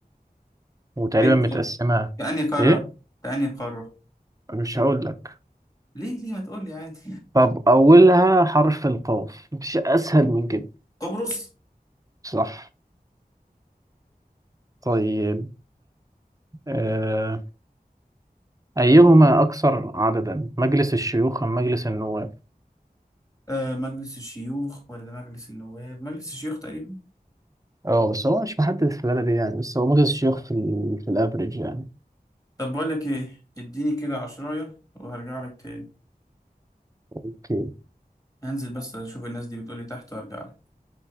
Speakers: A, on the right; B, on the left.
A: وتقريبا
B: فين
A: متقسمة
B: طب؟ في أنهي قارة؟
A: ايه
B: في أنهي قارة؟
A: مش هقول لك
B: ليه ليه ما تقول لي عادي؟
A: طب اولها حرف القاف مش اسهل من كده
B: قبرص؟
A: صح طيب آه. ايهما اكثر عددا مجلس الشيوخ ام مجلس النواب
B: آه مجلس الشيوخ ولا مجلس النواب مجلس الشيوخ تقريبا
A: اه بس هو مش محدد في البلد يعني بس هو مجلس الشيوخ في ال... في الافريج يعني
B: طب بقول لك ايه اديني كده عشراية وهرجع لك تاني
A: اوكي
B: هنزل بس اشوف الناس دي بتقول لي تحت وارجع لك